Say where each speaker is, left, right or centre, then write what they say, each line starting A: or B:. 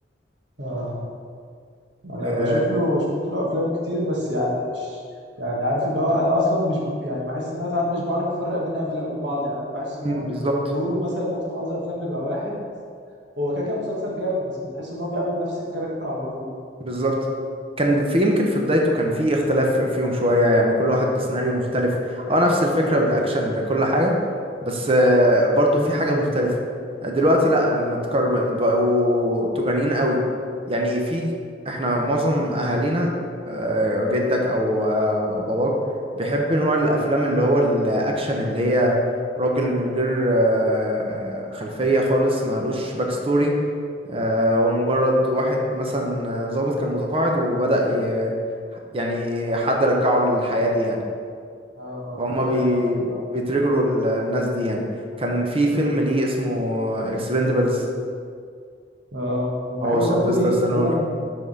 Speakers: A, on the right; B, on the right.
A: آه. انا
B: أه
A: بشوف له شفت له افلام كتير بس يعني مش يعني عارف اللي هو انا اصلا مش يعني بحس ان انا ساعات مش بعرف افرق بين افلامه وبعض يعني انا بحس ان
B: مم،
A: هو
B: بالظبط
A: دوره مثلا معظم معظم الافلام بيبقى واحد هو كده كده مسلسل جامد بس بتحس ان هو بيعمل نفس الكاركتر على طول
B: بالظبط كان في يمكن في بدايته كان في اختلاف فيهم شوية يعني كل واحد بسيناريو مختلف اه نفس الفكرة بالأكشن بكل حاجة بس آه، برضو في حاجة مختلفة دلوقتي لا المتكر بقوا تجاريين قوي يعني في احنا معظم أهالينا آه، جدك أو آه، أو باباك بيحب نوع الأفلام اللي هو الأكشن اللي هي راجل من غير آه، خلفية خالص مالوش باك ستوري آه، ومجرد واحد مثلا ضابط كان متقاعد وبدأ ي... يعني حد رجعه للحياة دي يعني
A: اه
B: فهم بي...
A: فاهم قصدك اه
B: بيترجروا ال- الناس دي يعني كان في فيلم ليه اسمه اكسبندبلز
A: اه وبحب
B: او سيلفستر
A: برضه ليه
B: ستالوني
A: تقريبا